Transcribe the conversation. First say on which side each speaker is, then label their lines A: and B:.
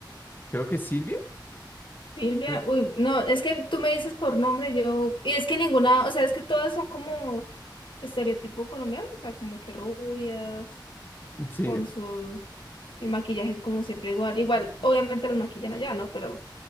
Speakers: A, on the left; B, on the left.
A: Creo que es Silvia.
B: Silvia,
A: Sil-
B: uy, no, es que tú me dices por nombre, yo, y es que ninguna, o sea, es que todas son como estereotipo colombiano, o sea, como que rubias.
A: Sí,
B: con sus... El maquillaje es como siempre igual. Igual, obviamente los maquillan allá, ¿no? Pero